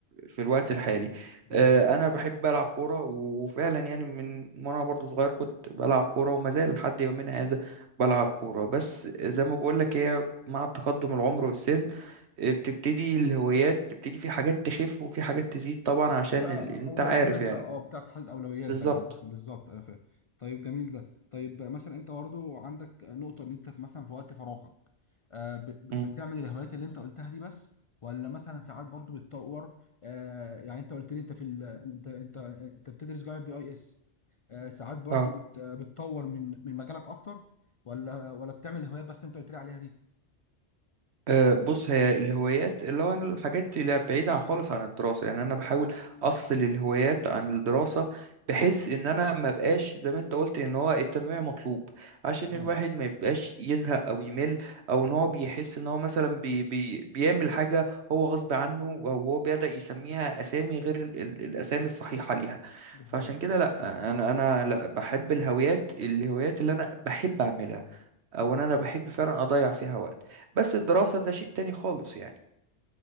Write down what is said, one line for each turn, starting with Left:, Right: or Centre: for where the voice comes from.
Right: في الوقت الحالي
Left: دي
Right: آه،
Left: حقيقة
Right: انا بحب العب كوره وفعلا يعني من وانا برضو صغير كنت بلعب كوره وما زال لحد يومنا هذا بلعب كوره بس زي ما بقول لك هي مع تقدم العمر والسن آه، بتبتدي الهوايات تبتدي في حاجات تخف وفي حاجات تزيد طبعا عشان
Left: يبقى
Right: ال... انت
Left: اولويات
Right: عارف يعني
Left: بقى اه بتعرف تحدد اولويات
Right: بالظبط
Left: بقى يعني مش بالظبط آه، ف- طيب جميل ده طيب آه، مثلا انت برضو عندك نقطه ان انت في- مثلا في وقت فراغك آه، ب- ب-
Right: مم.
Left: بتعمل الهوايات اللي انت قلتها دي بس ولا مثلا ساعات برضو بتطور آه، يعني انت قلت لي انت في ال... انت انت انت بتدرس جامعه بي اي اس آه، ساعات برضو
Right: اه
Left: بت... آه، بتطور من من مجالك اكتر ولا ولا بتعمل الهوايات بس اللي انت قلت لي عليها دي
Right: أه، بص هي الهوايات اللي هو انا الحاجات اللي بعيدة عن- خالص عن الدراسة يعني انا بحاول افصل الهوايات عن الدراسة بحيث ان انا ما بقاش زي ما انت قلت ان هو التنويع مطلوب عشان
Left: نعم
Right: الواحد ما يبقاش يزهق او يمل او
Left: بالظبط
Right: ان هو بيحس ان هو مثلا بي بي بيعمل حاجة هو غصب عنه او هو بدأ يسميها اسامي غير ال ال الاسامي الصحيحة ليها
Left: ده حقيقي
Right: فعشان كده لا انا انا لا بحب الهوايات الهوايات اللي انا بحب اعملها او
Left: تمام
Right: ان انا بحب فعلا اضيع فيها وقت بس الدراسة ده شيء تاني خالص يعني